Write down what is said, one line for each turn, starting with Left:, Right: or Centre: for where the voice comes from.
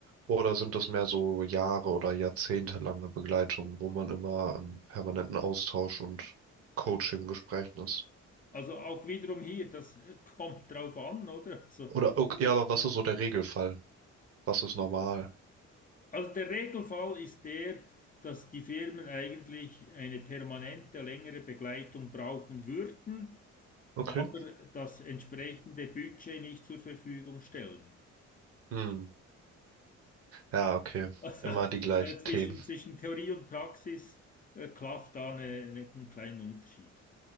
Right: Oder sind das mehr so Jahre oder jahrzehntelange Begleitungen, wo man immer im permanenten Austausch und Coaching-Gesprächen ist?
Left: Also auch wiederum hier, das äh, kommt drauf an, oder? Also,
Right: Oder, okay, ja, aber was ist so der Regelfall? Was ist normal?
Left: also der Regelfall ist der, dass die Firmen eigentlich eine permanente, längere Begleitung brauchen würden,
Right: Okay.
Left: aber das entsprechende Budget nicht zur Verfügung stellen.
Right: Hm. Ja, okay.
Left: Also
Right: Immer die gleichen
Left: äh, zwischen,
Right: Themen.
Left: zwischen Theorie und Praxis äh, klafft da eine, eine, einen kleinen Unterschied.